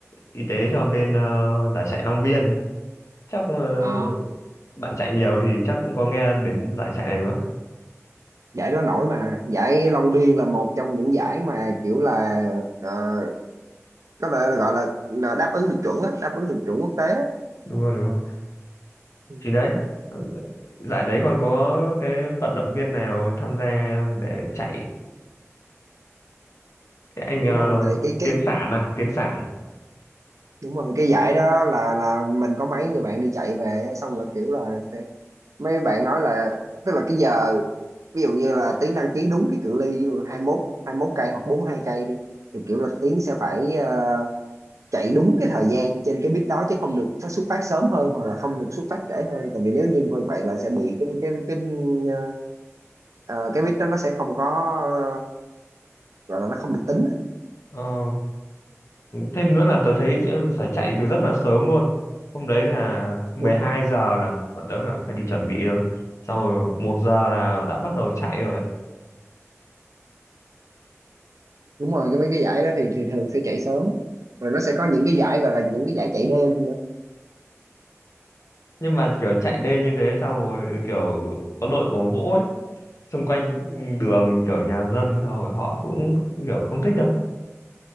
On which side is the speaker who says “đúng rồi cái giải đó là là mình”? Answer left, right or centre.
Right